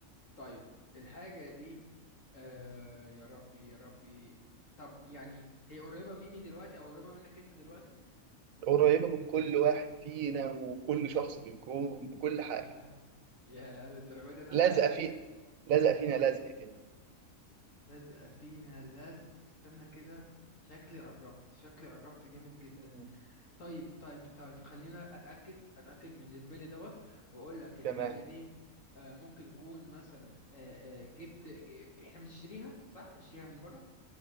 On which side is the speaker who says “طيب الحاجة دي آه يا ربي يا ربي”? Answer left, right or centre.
Left